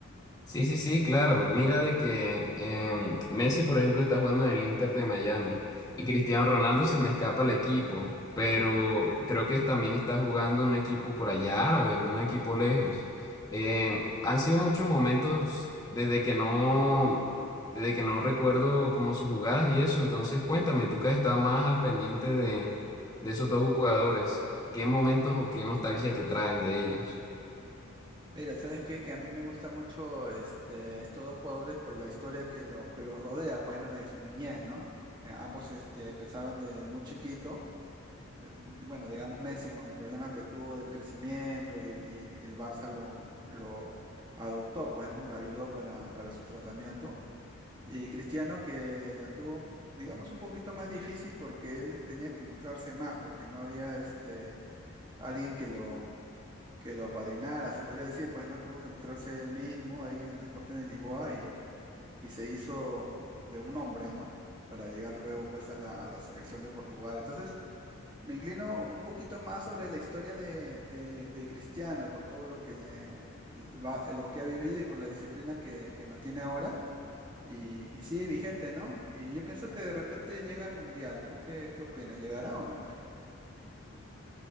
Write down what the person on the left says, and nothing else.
Sí, sí, sí, claro. Mira de que em, Messi, por ejemplo, está jugando en el Inter de Miami y Cristiano Ronaldo se me escapa el equipo, pero creo que también está jugando en un equipo por allá árabe, en un equipo lejos. Em, han sido muchos momentos desde que no, desde que no recuerdo como sus jugadas y eso. Entonces, cuéntame, tú que has estado más al pendiente de, de esos dos jugadores, ¿qué momentos o qué nostalgia te traen de ellos?